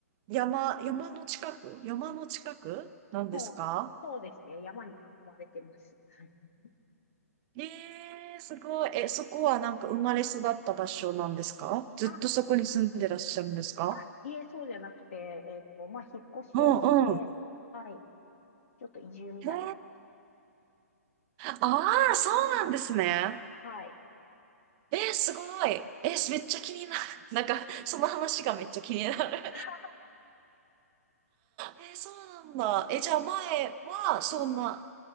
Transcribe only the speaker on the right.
山、山の近く山の近くなんですか
えー、すごい。え、そこはなんか生まれ育った場所なんですかずっとそこに住んでらっしゃるんですか
うんうん。
へえ、ああ、そうなんですね。
えー、すごい。えー、めっちゃ気になる。なんか、その話がめっちゃ気になる。
えーそうなんだ。え、じゃあ前は、そんな、